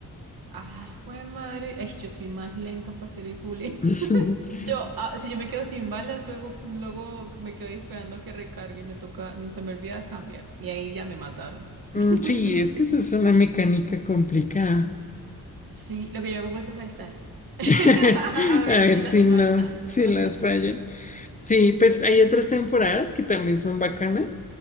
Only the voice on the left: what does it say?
<laughs>
Mm,
Sí, es que esa es una mecánica complicada.
<laughs>
A
ver
si no,
si
las fallan. Sí, pues
hay otras temporadas que también son bacanas.